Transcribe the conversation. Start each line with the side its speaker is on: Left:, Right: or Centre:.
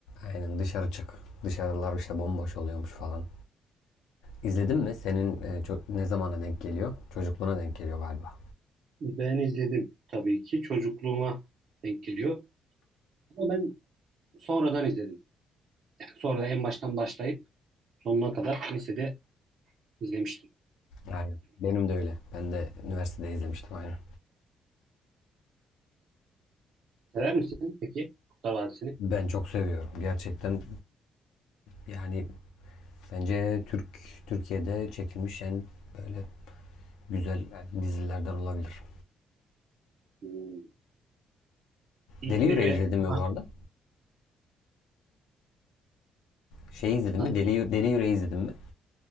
Left: aynen dışarı çık. Dışarılar işte bomboş oluyormuş falan. İzledin mi? Senin e, ço- ne zamana denk geliyor? Çocukluğuna denk geliyor galiba.
Right: ben. Ben izledim tabii ki. Çocukluğuma denk geliyor. Ama ben sonradan izledim. Yani sonradan en baştan başlayıp sonuna kadar lisede izlemiştim.
Left: Aynen. Benim de öyle. Ben de üniversitede izlemiştim aynen.
Right: Sever misin peki Kurtlar Vadisi'ni?
Left: Ben çok seviyorum. Gerçekten yani bence Türk Türkiye'de çekilmiş en böyle güzel yani dizilerden olabilir.
Right: Hmm. İlk
Left: Deli Yüreği
Right: biri
Left: izledin mi
Right: Ah,
Left: bu arada? Şeyi izledin
Right: ah,
Left: mi? Deli, Deli Yüreği izledin mi?